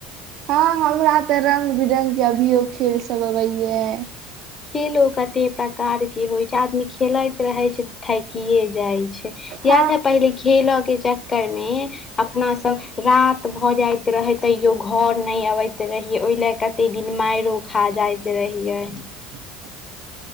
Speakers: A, on the right; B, on the left.
A: हँ, हमरा तऽ रंग- बिरंग के अभियो खेल सब अबै यऽ।
B: खेलो कते प्रकार के होइ छै, आदमी खेलैत रहे छै तऽ थैकिए जाइ छै।
A: हँ
B: याद है पहिले, खेलऽ के चक्कर मे। अपना सभ रात भऽ जाइत रहै, तैयो घर नइ अबैत रहियै, ओय ले तऽ तैय दिन माइरो खा जाइत रहियै।
A: ह <inaudible>